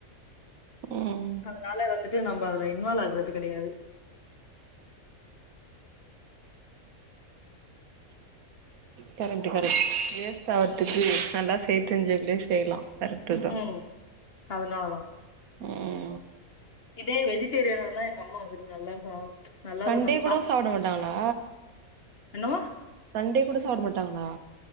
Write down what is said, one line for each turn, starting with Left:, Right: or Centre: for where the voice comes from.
Right: ம்
Left: அதனால வந்துட்டு நம்ம அதுல இன்வால்வ் ஆகுறது கெடையாது
Right: கரெக்ட்டு கரெக்ட்டு வேஸ்ட் ஆறதுக்கு நல்லா செய் தெரிஞ்சவங்கலே செய்யலா கர்டுதா
Left: ம் அதனாலதா
Right: ம்
Left: இதே வெஜிடேரியன தா எங்கம்மா வந்துட்டு நல்லா சா நல்லா
Right: சண்டே
Left: நல்லா
Right: கூட
Left: சாப்ட்டு
Right: சாப்ட மாட்டாங்களா
Left: என்னமா
Right: சண்டே கூட சாப்ட மாட்டாங்களா